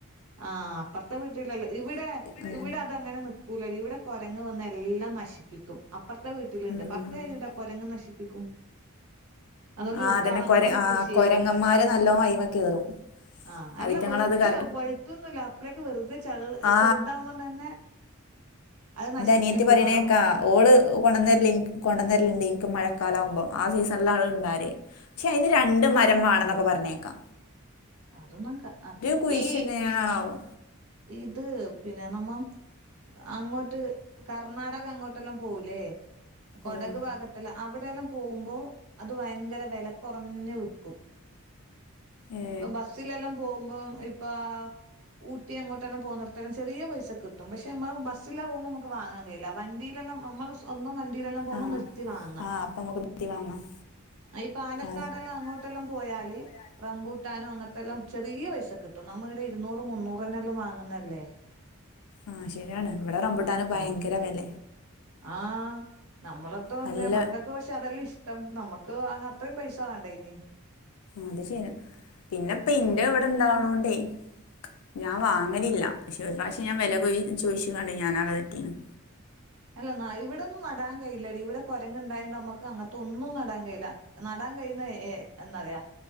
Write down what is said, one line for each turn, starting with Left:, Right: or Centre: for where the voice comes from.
Right: ആ അപ്പറത്തെ വീട്ടി ഇവിടെ
Left: ഉം
Right: ഇവിടെ അതങ്ങനെ നിക്കൂല ടി ഇവിടെ കൊരങ്ങ വന്ന് എല്ലാം നശിപ്പിക്കും അപ്പർതെ വീട്ടിലുണ്ട്
Left: ഉം
Right: പത്തെ കുരങ്ങ് നശിപ്പിക്കും അതുകൊണ്ട്
Left: ആ
Right: ഇവിടുത്തെ
Left: അതന്നെ
Right: ആൾ അങ്ങനെ കൃഷി
Left: കൊരങ്ങന്മാര് നല്ലോ അയ് മ്മേ കേറും
Right: ആഹ് അല്ല
Left: അതിറ്റങ്ങളത്
Right: വെറുതെ
Left: കറ
Right: പഴുത്തൊന്നും ഇല്ല അപ്പളെ ക്കെ വെറുതെ -
Left: ആ
Right: ചെറുതാവുമ്പോ തന്നെ അത് നശിപ്പിക്കുന്നു
Left: ഇന്റെ അനിയത്തി പറയണേക്കാ
Right: അത്
Left: ഓള് കൊണ്ടന്നരലനി കൊണ്ടന്നരലുണ്ട്ഇ നിക്ക് മഴ മഴക്കാ ലാവുമ്പം ആ സീസൺ ലാണ് ഇ ണ്ടാവല് പക്ഷെ അതിന് രണ്ട് മരം വാ ണം ന്നൊക്കെപറഞ്ഞേക്കാ
Right: അതൊന്നുക
Left: കുഴിച്ചിടണേനാണാവോ
Right: ഈ ഇത് പിന്നെ നമ്മ അങ്ങോട്ട് കർണാടക അങ്ങോട്ടെല്ലാം പോവൂലേ കൊടക്
Left: ഉം
Right: ഭാഗത്തല്ല അവിടെയല്ലാം പോകുമ്പോ അത് വ യങ്കര വേല കുറഞ്ഞ് വിക്കും
Left: ഏ
Right: ഇപ്പൊ ബസ്സിലെല്ലാം പോകുമ്പം ഇപ്പാ ഊട്ടിങ്ങോട്ടല്ലാം പോവുന്നടത്തോളം ചെറിയ പൈസ കിട്ടും പക്ഷെമ്മ ബസിലാകുമ്പോ നമുക്ക് വാങ്ങാ ൻ കഴിയി ല്ല വണ്ടി നമ്മളെ സ്വന്തം വണ്ടിയിലെല്ലാം പോകുമ്പോ
Left: ആ
Right: നിർത്തി വാങ്ങാം
Left: ആ അപ്പൊ നമുക്ക് നിർത്തി വാങ്ങാം
Right: അയ് പാലക്കാടെല്ലാം
Left: ആ
Right: അങ്ങോട്ടെല്ലാം പോയല് റമ്പൂട്ട കിട്ടാനും അങ്ങനത്തെല്ലാം ചെറിയ പൈസ കിട്ടും നമ്മൾ ഇവിടെ ഇരുന്നൂറ് മുന്നൂറ്ന്നെ വാങ്ങുന്നല്ലേ
Left: ആ ശരിയാണ് ഇവിടെ റമ്പിട്ടാന് ഭയങ്കര
Right: ആ
Left: വില
Right: ആഹ് നമ്മളതോ
Left: നല്ല
Right: ന്ന മക്കക്ക് പക്ഷെ അതെല്ലെ ഇഷ്ടം നമ്മക്ക് ഹോ അങ്ങ ത്ര യും പൈസ വേണ്ട ഇനി
Left: അത് ശരി പിന്നെപ്പ ഇന്റെ വിടെ ണ്ടാ ണോണ്ടേ ഞാൻ വാങ്ങലില്ല പക്ഷെ ഒരു പ്രാവശ്യം ഞാൻ വിലകയി ചോയിച്ച കാണ്ട് ഞാനാകെ തെറ്റീന്ന്
Right: അല്ല നാ ഇവിട ന്നും നടാൻ കഴി യില്ലടി ഇവിടെ കൊര അത് ണ്ടായ തോണ്ട് നമ്മക്ക് അങ്ങനത്തെ ഒന്നും നടാൻ കയി ല്ല നടാൻ കഴിയുന്ന ഏ എന്ന റയാ